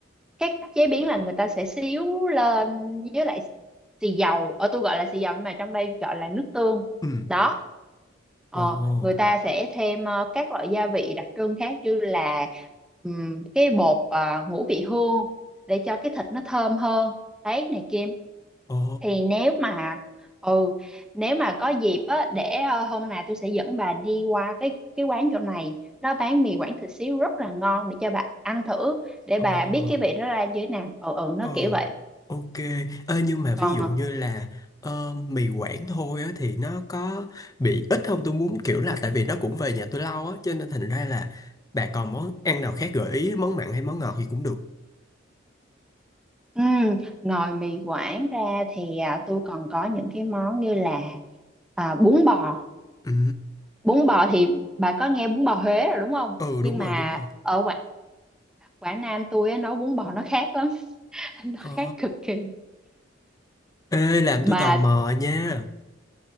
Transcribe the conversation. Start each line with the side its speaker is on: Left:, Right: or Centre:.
Centre: cái cách chế biến là người ta sẽ xíu lên với lại xì dầu ở tôi gọi là xì dầu nhưng mà trong đây gọi là nước tương
Left: ừ
Centre: đó ờ,
Left: ồ
Centre: người ta sẽ thêm ờ, các loại gia vị đặc trưng khác như là ừm, cái bột ờ, ngũ vị hương để cho cái thịt nó thơm hơn đấy này kia
Left: ồ
Centre: thì nếu mà ừ nếu mà có dịp á để ờ, hôm nào tôi sẽ dẫn bà đi qua cái cái quán chỗ này nó bán mì Quảng thịt xíu rất là ngon để cho bà ăn thử để
Left: ồ
Centre: bà biết cái vị nó ra như thế nào ừ ừ
Left: ồ
Centre: nó kiểu vậy
Left: ok ơ nhưng mà ví
Centre: còn
Left: dụ
Centre: ờ,
Left: như là ờ, mì Quảng thôi á, thì nó có bị ít không tôi muốn kiểu là tại vì nó cũng về nhà tôi lâu á cho nên thành ra là bà còn món ăn nào khác gợi ý món mặn hay món ngọt gì cũng được
Centre: ừm, ngoài mì Quảng ra thì à, tôi còn có những cái món như là à, bún bò
Left: ừ
Centre: bún bò thì bà có nghe bún bò Huế rồi đúng không
Left: ừ
Centre: nhưng
Left: đúng
Centre: mà
Left: rồi đúng rồi
Centre: ở Quảng, Quảng Nam tôi á, nấu bún bò nó khác lắm <laughs> nó
Left: ờ
Centre: khác cực kỳ
Left: Ê, làm
Centre: mà
Left: tôi tò mò nha.